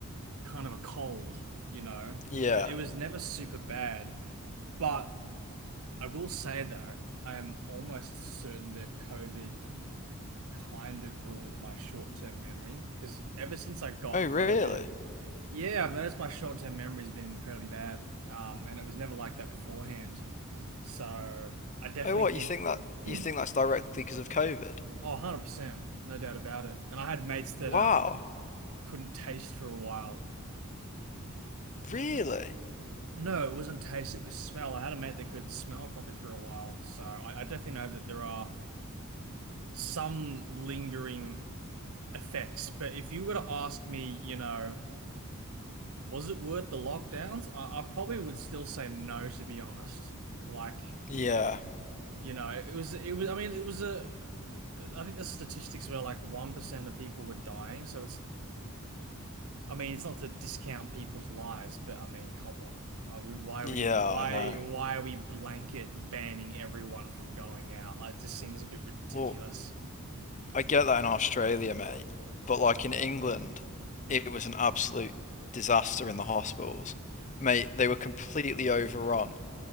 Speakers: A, on the right; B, on the left.
A: kind of a cold, you know.
B: yeah
A: It, it was never super bad, but I will say though, I am almost certain that COVID kind of ruined my short-term memory because ever since I got
B: oh really
A: COVID, yeah, I've noticed my short-term memory's been incredibly bad. Um, and it was never like that beforehand. So I definitely
B: oh what
A: think,
B: you think that you
A: <clears throat>
B: think that's directly because of COVID
A: oh, 100%, no doubt about it. And I had mates that
B: Wow.
A: um couldn't taste for a while.
B: Really?
A: No, it wasn't taste, it was smell. I had a mate that couldn't smell properly for a while. So I, I definitely know that there are some lingering effects. But if you were to ask me, you know, was it worth the lockdowns? I, I probably would still say no, to be honest. Like,
B: Yeah.
A: you know, it was, it was, I mean, it was a, I think the statistics were like 1% of people were dying. So it's I mean, it's not to discount people's lives, but I mean, come on. Are we, why
B: Yeah,
A: are we why
B: I know.
A: why are we blanket banning everyone from going out? Like, it just seems a bit ridiculous.
B: Well, I get that in Australia, mate. But like in England, it was an absolute disaster in the hospitals. Mate, they were completely overrun.